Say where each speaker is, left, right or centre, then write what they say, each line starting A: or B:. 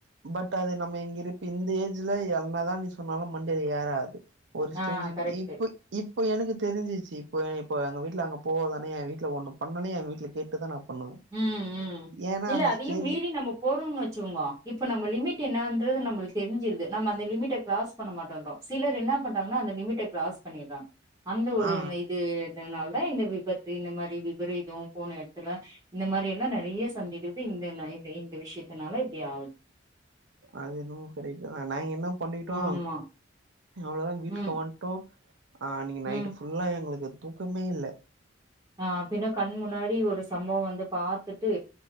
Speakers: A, on the right (about 65°); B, on the right (about 20°).
A: பட் அது நம்ம இங்க இருப்ப இந்த ஏஜ்ல என்னதா நீ சொன்னாலு மண்டெல ஏறாது ஒரு ஸ்டேஜின்
B: ஆ கரெக்ட்டு
A: இப்ப இப் இப்போ எனக்கு தெரிஞ்சிச்சி இப்போ இப்போ எங்க வீட்ல அங்க போதானே எ வீட்ல ஒன்னு பண்னோன்னே எ வீட்ல கேட்டுதா நா பண்ணுவே
B: ம் ம்
A: ஏன்னா
B: இல்ல
A: அந்த
B: அதையு
A: ஸ்டேஜ்
B: மீறி நம்ம போறோனு வச்சுக்கோங்கோ இப்ப நம்ம லிமிட் என்னான்றது நம்மளு தெரிஞ்சிருது நம்ம அந்த லிமிட்ட கிராஸ் பண்ண மாட்டோன்றோ சிலர் என்ன பண்றாங்கனா அந்த லிமிட்ட கிராஸ் பண்ணிறாங்க அந்த ஒரு
A: ஆ
B: இது எதுனாலு அதா இந்த விபத்து இந்த மாரி விபரீதோ போன எடத்துல இந்த மாரி எல்லா நெறைய சந்திக்கிறது இந்த இது இந்த விஷயத்துனால இப்டி ஆவுது
A: அது என்னமோ கரெக்ட்டுதா நாங்க என்ன பண்ணிட்டோ
B: ஆமா
A: அவ்ளோதா வீட்டுக்கு
B: ம்
A: வன்ட்டோ ஆ நீங்க நைட்
B: ம்
A: ஃபுல்லா எங்களுக்கு தூக்கமே இல்ல
B: ஆ பின்ன கண் முன்னாடி ஒரு சம்பவோ வந்து பாத்துட்டு